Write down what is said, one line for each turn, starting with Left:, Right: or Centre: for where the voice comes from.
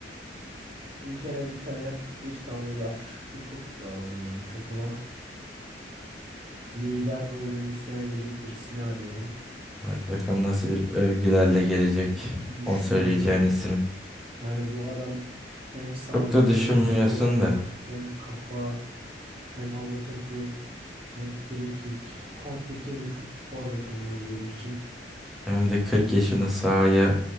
Right: Bir kere bir tane bir tane yaşlı kurt lazım benim takıma. Lider rolünü üstlenebilecek birisini arıyorum.
Centre: Evet bakalım nasıl bir övgülerle gelecek
Right: Düşünüyorum.
Centre: o söyleyeceğin isim.
Right: Yani bu adam hem sağ
Centre: Çok
Right: ayak
Centre: da düşünmüyorsun
Right: hem sol ayak
Centre: da.
Right: hem kafa hem hava topu hem free kick. Komplike bir fut forvet olmalı benim için.
Centre: Hem de 40 yaşında sahaya